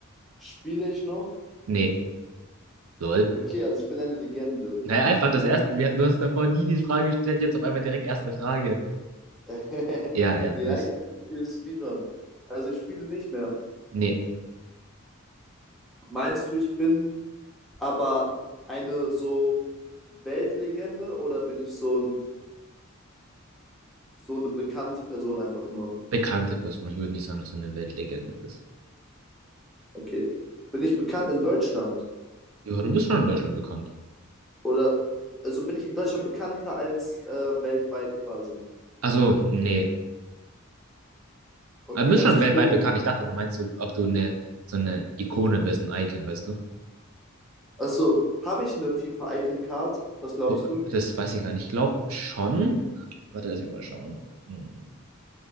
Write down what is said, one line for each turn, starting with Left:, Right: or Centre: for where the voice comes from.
Centre: spiele ich noch?
Right: Nee, lol.
Centre: Okay, also ich bin eine Legende.
Right: Naja, einfach das erste. Wir, du hast davor nie die Frage gestellt, jetzt auf einmal direkt erste Frage.
Centre: <laughs>
Right: Ja, ja, du
Centre: Ja,
Right: bist.
Centre: ich mache das hier im Speedrun. Also ich spiele nicht mehr.
Right: Nee,
Centre: Meinst du, ich bin aber eine so Weltlegende oder bin ich so, ein, so eine bekannte Person einfach nur?
Right: bekannte Person. Ich würde nicht sagen, dass du eine Weltlegende bist.
Centre: Okay. Bin ich bekannt in Deutschland?
Right: Ja, du bist schon in Deutschland bekannt.
Centre: Oder also bin ich in Deutschland bekannter als äh, weltweit quasi?
Right: Also, nee.
Centre: Okay,
Right: Aber du bist
Centre: also
Right: schon
Centre: ich
Right: weltweit
Centre: bin in.
Right: bekannt. Ich dachte, du meinst so, ob du eine, so eine Ikone bist, ein Icon, weißt du?
Centre: Achso, habe ich eine FIFA Icon Card? Was glaubst
Right: Oh,
Centre: du?
Right: Das weiß ich gar nicht. Ich glaube schon. Warte, lass mich mal schauen. Hm.